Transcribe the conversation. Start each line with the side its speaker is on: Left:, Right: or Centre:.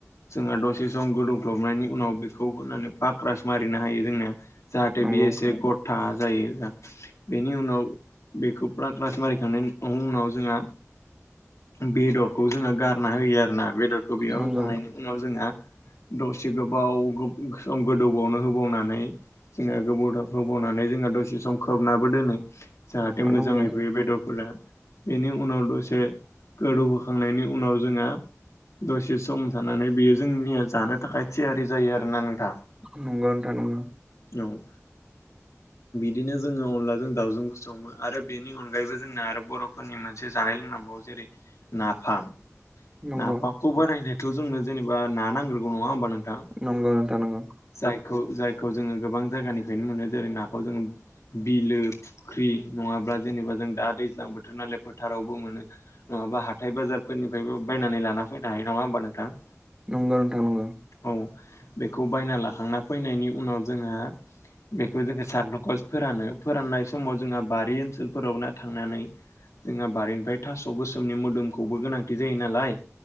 Left: जोंहा दसे सम गोदौग्लबनायनि उनाव बेखौ होनानै फाक्रास मारिनो हायो जोङो। जाहाथे
Right: नंगौ
Left: बेयो एसे ग'था जायो। <unintelligible> बेनि उनाव बेखौ फ्रा क्लास मारिखांनायनि उनाव जोंहा बेदरखौ जोङो गारना होयो आरोना बेदरखौ बेयाव
Right: नंगौ
Left: होखांनायनि उनाव जोंहा दसे गोबाव गोब सम गोदौबावनो होबावनानै जोंहा गोबौदब होबावनानै जोंहा दसे सम खोबनाबो दोनो जाहाथे मोजाङै
Right: नंगौ
Left: रुयो बेदरफोरा बेनि उनाव दसे गोदौहोखांनायनि उनाव जोंहा दसे सम थानानै बेयो जोंनिया जानो थाखाय थियारि जायो आरोना नोंथां।
Right: नंगौ नोंथां नंगौ।
Left: औ बिदिनो जोङो अनलाजों दाउजों बो सङो आरो बेनि अनगायैबो जोंना आरो बर'फोरनि मोन मोनसे जानाय लोंनांगौ जेरै नाफाम
Right: नंगौ
Left: नाफाम खौ बारायनोथ' जोंनो जेनेबा ना नांग्रोगौ नङा होमबा नोंथां
Right: नंगौ नोंथां नांगौ
Left: जायखौ जायखौ जोङो गोबां जायगानिफ्रायनो मोनो जेरै नाखौ जोङो बिलो फुख्रि नङाब्ला जेनेबा जों दा दैज्लां बोथोर नालाय फोथारावबो मोनो नङाबा हाथाय बाजारफोरनिफ्रायबो बायनानै लाना फैनो हायो नङा होमबा नोंथां
Right: नंगौ नोंथां नंगौ
Left: औ बेखौ बायना लाखांना फैनायनि उनाव जोंहा बेखौ जोङो सानदुंखो फोरानो फोराननाय समाव जोंहा बारि ओनसोलफोराव ना थांनानै जोंहा बारिनिफ्राय थास' गोसोमनि मोदोमखौबो गोनांथि जायो नालाय